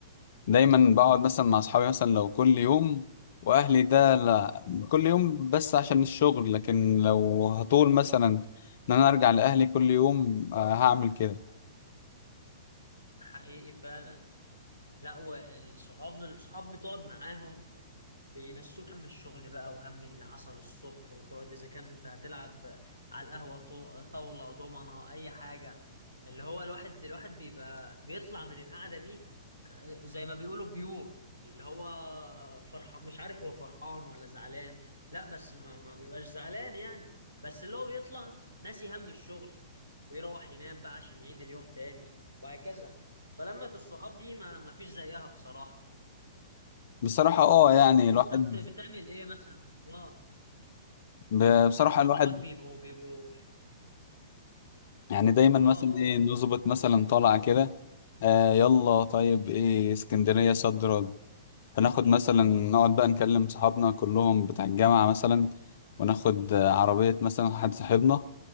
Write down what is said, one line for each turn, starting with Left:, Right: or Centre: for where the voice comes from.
Left: دايما بقعد مثلا مع اصحابي مثلا لو كل يوم واهلي ده لا كل يوم بس عشان الشغل لكن لو هطول مثلا ان انا ارجع لاهلي كل يوم آه، هعمل كده
Right: حقيقي فعلا لا والصحاب الصحاب بتقعد معاهم بينسوك هم الشغل بقى وهم اللي حصل الصبح وتقعد اذا كنت هتلعب على القهوة طو- طاولة دومنة اي حاجة اللي هو الواحد الواحد بيبقى بيطلع من القعدة دي آه، زي ما بيقولوا بيور اللي هو فرحان مش عارف هو فرحان ولا زعلان لا بس ما, ما بيبقاش زعلان يعني بس اللي هو بيطلع ناسي هم الشغل ويروح ينام بقى عشان يعيد اليوم تاني وهكذا فلمة الصحاب دي ما, ما فيش زيها بصراحة
Left: بصراحة اه يعني الواحد
Right: انت بت- بتعمل ايه مثلا اه
Left: ب- بصراحة
Right: اصحابك
Left: الواحد
Right: بيبقوا بيبقوا
Left: يعني دايما
Right: اه
Left: مثلا
Right: اه
Left: ايه نظبط مثلا طالعة كده آه يلا طيب ايه اسكندرية صد رد فناخد مثلا نقعد بقى نكلم صحابنا كلهم بتاع الجامعة مثلا وناخد آه، عربية مثلا حد صاحبنا